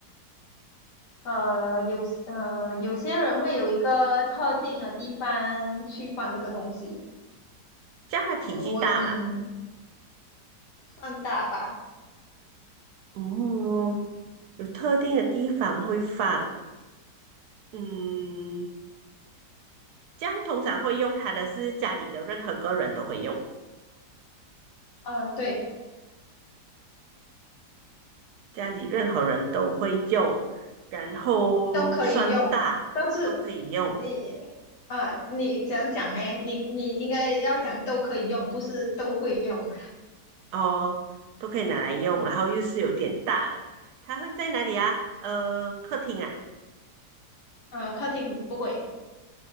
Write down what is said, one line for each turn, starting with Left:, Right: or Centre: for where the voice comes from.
Left: 呃，有呃，有些人会有一个特定的地方去放这个东西，
Right: 这样它体积大嘛。
Left: 呃，我嗯，放大吧，
Right: 嗯，有特定的地方会放。嗯，这样通常会用它的是家里的任何个人都会用，
Left: 呃，对。
Right: 家里任何人都会用，然后算大都可以用
Left: 都可以用，但是你啊，你怎样讲呢？你你应该要讲都可以用，不是都会用。
Right: 哦，都可以拿来用，然后又是有点大的，它会在哪里啊？呃，客厅啊，
Left: 呃，客厅不会。